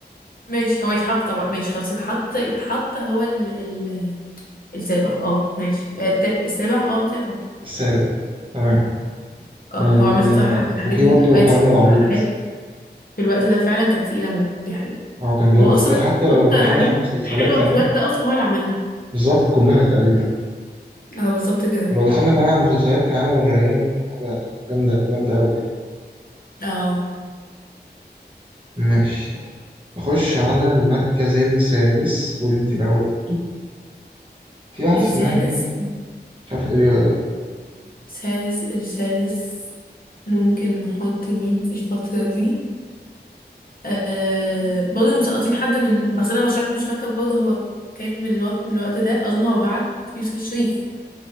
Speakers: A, on the left; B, on the right.
A: ماشي هو يتحط طبعا ماشي خلاص يتحط يتحط هو ال ال السابع اه ماشي آه، الت- السابع اه السابع
B: السابع تمام
A: اه
B: يعني
A: هو عمل صح
B: آه،
A: في الحاجات
B: وفي
A: دي
B: برضه
A: اوقات
B: حرامي العبيط
A: حاجات في الوقت ده فعلا كانت تقيله موت دي حقيقه
B: هو كان جامد
A: هو اصلا
B: لغاية- حتى
A: اكتر
B: لو دخلنا
A: حاجات
B: على المسلسلات
A: حلوه
B: كمان
A: في الوقت ده اصلا هو اللي عملها
B: بالظبط كلها تقريبا
A: اه بالظبط كده
B: لو دخلنا كمان على المسلسلات كان عامل الريان حاجة جامدة جامدة أوي يعني
A: اه
B: ماشي طب نخش على المركز السادس واللي انت الأول برضو في واحد
A: السادس
B: في دماغي مش عارف تقولي ولا لأ
A: سادس السادس ممكن نحط مين في الفترة دي آه برضه مسقطين حد من بس انا مش عارف مش فاكرة برضه هو كان من الوقت من الوقت ده اظن هو بعد يوسف الشريف